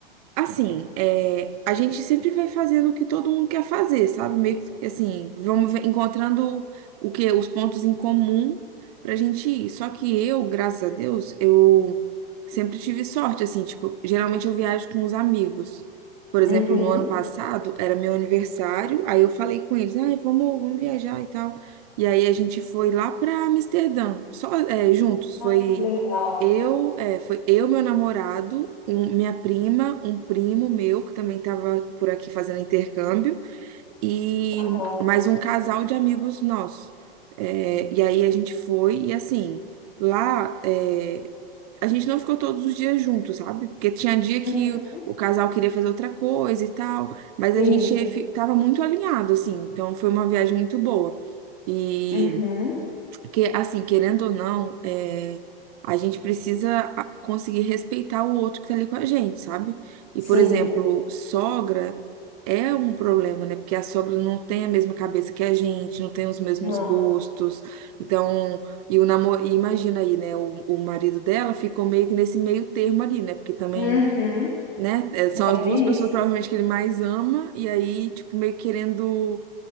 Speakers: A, on the right; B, on the left.
A: Assim, é, a gente sempre vai fazendo o que todo mundo quer fazer, sabe? Meio que assim, vamos ver- encontrando o que os pontos em comum pra gente ir. Só que eu, graças a Deus, eu sempre tive sorte, assim, tipo, geralmente eu viajo com os amigos. Por exemplo,
B: Uhum.
A: no ano passado era meu aniversário, aí eu falei com eles, ai, vamos, vamos viajar e tal. E aí a gente foi lá pra Amsterdã, só, é, juntos, foi
B: Ai, que legal.
A: eu, é, foi eu, meu namorado, um- minha prima, um primo meu que também estava por aqui fazendo intercâmbio e
B: Aham.
A: mais um casal de amigos nossos. É, e aí a gente foi e assim, lá é, a gente não ficou todos os dias juntos, sabe? Porque tinha dia que
B: Uhum.
A: o, o casal queria fazer outra coisa e tal, mas
B: Sim.
A: a gente estava muito alinhado, assim. Então foi uma viagem muito boa. E
B: Uhum.
A: porque, assim, querendo ou não, é, a gente precisa a- conseguir respeitar o outro que tá ali com a gente, sabe? E,
B: Sim.
A: por exemplo, sogra é um problema, né? Porque a sogra não tem a mesma cabeça que a gente, não tem os mesmos
B: Não.
A: gostos. Então, e o namoro, imagina aí, né? O, o marido dela ficou meio que nesse meio termo ali, né? Porque também,
B: Uhum.
A: né? é, São
B: É
A: as
B: bem
A: duas pessoas
B: isso.
A: provavelmente que ele mais ama, e aí, tipo, meio que querendo